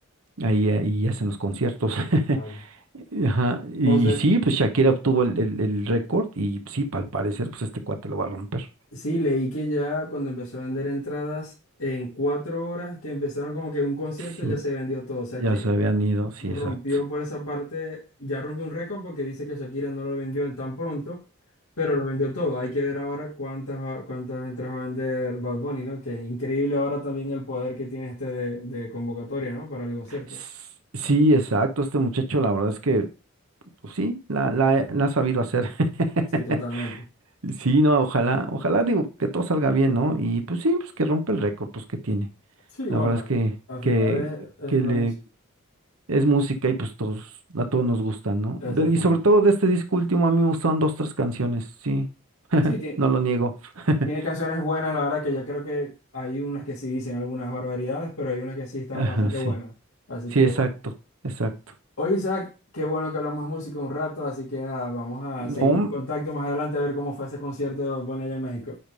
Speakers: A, on the right; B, on the left.
A: Ahí, eh, y hacen los conciertos. <laughs>
B: vale.
A: Ajá, Y,
B: O sea,
A: y sí, pues Shakira obtuvo el, el- el récord y sí, al parecer, pues este cuate lo va a romper.
B: sí, leí que ya cuando empezó a vender entradas, en cuatro horas que empezaron como que un concierto
A: Sí,
B: ya se vendió todo. O sea
A: Ya
B: que
A: se habían ido, sí,
B: rompió
A: exacto.
B: por esa parte, ya rompió un récord porque dice que Shakira no lo vendió en tan pronto, pero lo vendió todo. Hay que ver ahora cuántas, va- cuántas entradas va a vender Bad Bunny, ¿no? Que increíble ahora también el poder que tiene este de, de convocatoria, ¿no? Para el concierto.
A: S- Sí, exacto, este muchacho, la verdad es que, pues sí, la, la, la ha sabido hacer. <laughs>
B: Sí, totalmente.
A: Sí, no, ojalá, ojalá, digo, que todo salga bien, ¿no? Y pues sí, pues que rompe el récord, pues que tiene.
B: Sí,
A: La
B: bueno,
A: verdad es que,
B: al
A: que,
B: final es,
A: que
B: es la
A: le,
B: música.
A: es música y pues todos, a todos nos gusta, ¿no?
B: Exactamente.
A: De- y sobre todo de este disco último, a mí me gustaron dos, tres canciones, sí, <laughs>
B: Sí, tiene,
A: no lo niego. <laughs>
B: tiene canciones buenas, la verdad que ya creo que hay unas que sí dicen algunas barbaridades, pero hay unas que sí están
A: Ajá,
B: bastante
A: sí,
B: buenas. Así
A: sí,
B: que...
A: exacto, exacto.
B: Oye, Isaac, qué bueno que hablamos de música un rato, así que nada, vamos a
A: No,
B: seguir en contacto más adelante a ver cómo fue ese concierto de Bad Bunny allá en México.